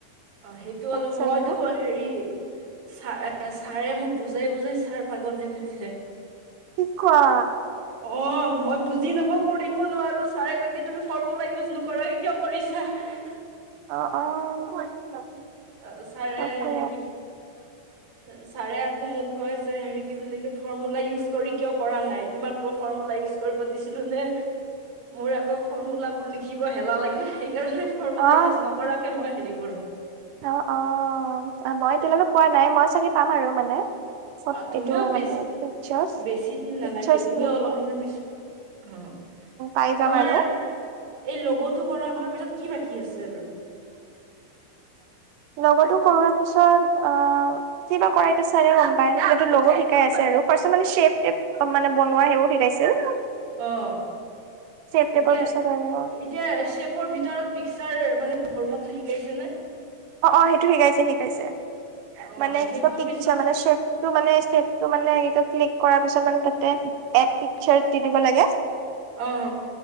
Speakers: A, on the right; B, on the right.
A: অ' সেইটো অলপ
B: এক্সেলটো।
A: মইতো ব হেৰি ছা- ছাৰে মোক বুজাই বুজাই ছাৰ পাগল হৈ গৈছে
B: কি কোৱা
A: অ' মই বুজি নাপাও কৰিব নোৱাৰো ছাৰে কৈ কি তুমি ফৰ্মুলা ইউজ নকৰাকে কিয় কৰিছা <unintelligible>
B: অ' অ'
A: উ ছাৰে
B: তাকে।
A: হেৰি কিম ছাৰে আকৌ মোক কয় যে হেৰি কি বুলি কি ফৰ্মুলা ইউজ কৰি কিয় কৰা নাই তোমাকৌ ফৰ্মুলা ইউজ কৰিব দিছিলো নে মোৰ আকৌ ফৰ্মুলাবোৰ লিখিব এলাহ লাগে সেই কাৰণে ফৰ্মুলা
B: অ',
A: ইউজ নকৰাকে মই হেৰি কৰো
B: অ' অ' মই এতিয়ালৈকে পোৱা নাই মই চাগে পাম আৰু চব
A: অ তুমিও
B: এইটো
A: বেছি
B: মানে পিকাৰ্চ
A: বেছি দিন নালাগে
B: পিকাৰ্চ
A: তুমিও
B: ম উ
A: অলপ দিনৰ পিছত অ
B: পাই
A: তোমাৰ
B: যাম আৰু
A: এই লগটো কৰা হোৱাৰ পিছত কি বাকী আছে আৰু
B: লগতো কৰা পিছত অ' কিবা কৰাইতো চাৰে গম পাই যিটো লগো শিকাই আছে আৰু ফাৰ্ষ্টত চেপ টেপ অ মানে বনোৱা সেইবোৰ শিকাইছিল
A: অ'
B: শ্বেপ টেপৰ
A: এতিয়া
B: পিছত আৰু
A: এতিয়া চেপৰ ভিতৰত পিকচাৰ মানে ভৰোৱাটো শিকাইছে নে
B: অ' অ' সেইটো শিকাইছে শিকাইছে
A: অ',
B: মানে
A: সেইটোৰ
B: চব পিকচাৰ
A: পিছত
B: মানেফ মানেটো মানে চেপটো ক্লিক কৰাৰ পিছত মানে তাতে এড পিকচাৰ দি দিব লাগে
A: অ